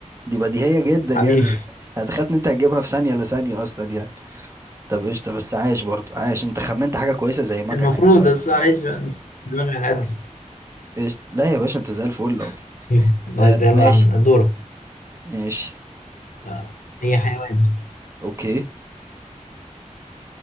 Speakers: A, on the right (about 20°); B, on the left (about 85°).
A: دي بديهية جدا يعني
B: حبيبي
A: هتخيل إن أنت هتجيبها في ثانية لا ثانية أصلا يعني طب قشطة بس عايش برضو عايش أنت خمنت حاجة كويسة زي مكنة
B: المفروض
A: يعني فعلا
B: بس معلش بقى، دماغي على قد
A: إيش لا يا باشا أنت زي الفل
B: <laughs>
A: آه
B: طيب يلا
A: ماشي
B: يا عم دورك
A: ماشي
B: آه، هي حيوان
A: أوكي